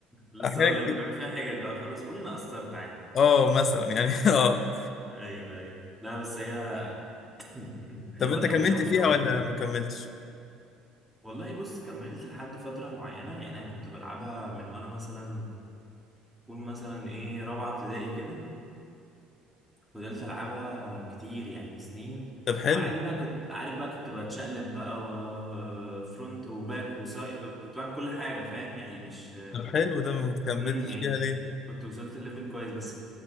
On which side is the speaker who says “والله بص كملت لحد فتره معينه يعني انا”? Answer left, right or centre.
Centre